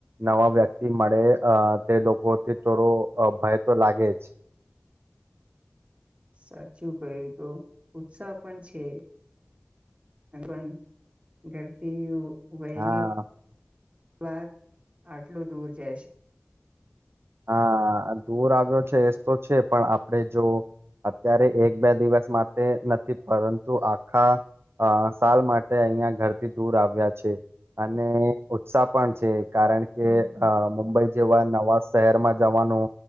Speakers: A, on the right (about 85°); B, on the right (about 30°).
A: નવા વ્યક્તિ મળે તે લોકોથી થોડો ભય તો લાગે જ.
B: સાચું કય્યું તો ઉત્સાહ પણ છે <unintelligible> ઘરથી વહેલી
A: હા.
B: વાર આટલું દૂર જશે.
A: હા દૂર આવ્યો છે એ તો છે પણ આપણે જો અત્યારે એક બે દિવસ માટે નથી પરંતુ આખા સાલ માટે અહિયાં ઘરથી દૂર આવ્યા છે અને ઉત્સાહ પણ છે. કારણ કે
B: હમ
A: અ મુુંબઈ જેવા નવા શહેરમાં જવાનું